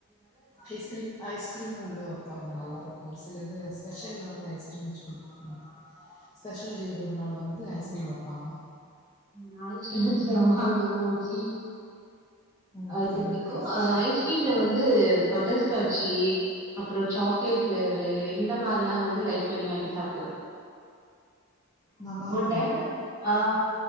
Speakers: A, on the left; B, on the right.
A: ஐஸ்கிரீம் ஐஸ்கிரீமு உள்ள வப்பாங்க நல்லா இருக்கு ஒரு சி இல்லது ஸ்பெஷல்ல வந்து ஐஸ்கிரீம் வச்சி குடுப்பாங்க ஸ்பெஷல் ஜீகர்தாண்டால வந் து ஐஸ்கிரீம் வப்பாங்க
B: நாய்ஸ் வச்சத அங்க ஒரு ஸ்லீப்
A: ஓகே
B: அது பிடிக்கு
A: ஓகே சிஸ்டர்.
B: ஐஸ்கிரீம்ல வந்து பட்டர்ஸ்காட்சி அப்பறோ சாக்லேட் பிளேவர்ரு இந்த மாரில்லா வந்து லைக் பண்ணி சாப்புடுவே
A: நல்லாருக்கும்.
B: ஒரு டைம ஆ